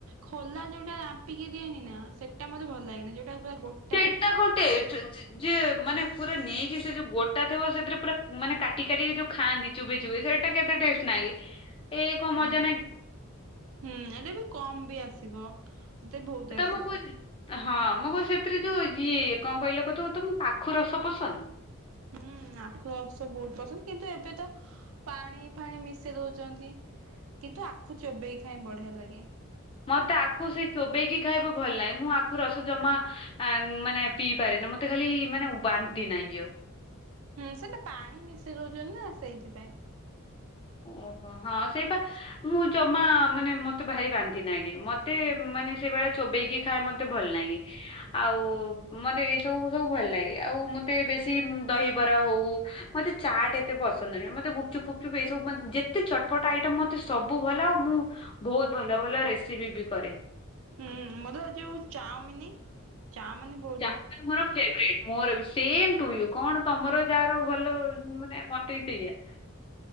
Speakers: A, on the right; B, on the left.
A: ଖୋଲା ଯୋଉଟା ରାମ୍ପିକି ଦିଏନି ନା ସେଇଟା ମତେ ଭଲ ଲାଗେନି ଯୋଉଟା ପୁରା ଗୋ
B: ସେଟା ଗୋଟେ ଯିଏ ମାନେ ପୁରା ନେଇକି ସେ ଯୋଉ ଗୋଟା ଥିବ ସେଥିରେ ପୁରା ମାନେ କାଟି କାଟିକି ଯୋଉ ଖାଆନ୍ତି। ଚୋବେଇ ଚୋବେଇ ସେଇଟା କେତେ ଟେଷ୍ଟ ନାଗେ। ଏ କଣ
A: ହୁଁ
B: ମଜା
A: ହୁଁ ଏଇଟା ବି କମ ବି ଆସିବ ସେତେ ବହୁତ
B: ତ
A: ଆସିବ।
B: ମୁଁ କୁଚି ହଁ ମୁଁ କଉଚି ସେଥିରେ ଯୋଉ ଇଏ କଣ କହିଲ କହୁଥିବ ତମକୁ ପାଖୁ ରସ ପସନ୍ଦ?
A: ହୁଁ ଆଖୁ ରସ ବହୁତ ପସନ୍ଦ କିନ୍ତୁ ଏବେ ତ ପାଣି ଫାଣି ମିଶେଇ ଦଉଛନ୍ତି କିନ୍ତୁ ଆଖୁ ଚୋବେଇ ଖାଏ ବଢିଆ ଲାଗେ।
B: ମତେ ଆଖୁ ସେଇ ଚୋବେଇକି ଖାଇବା ଭଲ ଲାଗେ। ମୁଁ ଆଖୁ ରସ ଜମା ଆ ମାନେ ପିଇପାରେନି ମତେ ଖାଲି ମାନେ ବାନ୍ତି ନାଗିଅ।
A: ହୁଁ ସେଟା ପାଣି ମିଶେଇ ଦଉଛନ୍ତି ନା ସେଇଥିପାଇଁ।
B: ଓହୋ ହଁ ସେଇ ପା। ମୁଁ ଜମା ମାନେ ମତେ ଭାରି ବାନ୍ତି ନାଗେ ମତେ ମାନେ ସେଇଭଳିଆ ଚୋବେଇକି ଖାଏ ମତେ ଭଲ ନାଗେ। ଆଉ ମତେ ଏଇ ସବୁ ସବୁ ଭଲ ଲାଗେ ଆଉ ମତେ ବେଶୀ ଦହିବରା ହଉ ମତେ ଚାଟ ଏତେ ପସନ୍ଦ ନୁହେଁ ମତେ ଗୁପଚୁପ୍ ଗୁପଚୁପ ଏ ସବୁ ମା ଯେତେ ଚଟପଟା ଆଇଟମ ମତେ ସବୁ ଭଲ ଆଉ ମୁଁ ବହୁତ ଭଲ ଭଲ ରେସିପି ବି କରେ।
A: ହୁଁ ମୋତେ ବା ଯୋଉ ଚାଉମିନି ଚଓମିନ ବ
B: ଚାଓମିନ ମୋର ଫେବରେଟ ମୋରବି ସମେ ଟୁ ୟୁ କଣ ତମର ଯାହାର ଭଲ ମାନେ ମ ତେ ସେୟା।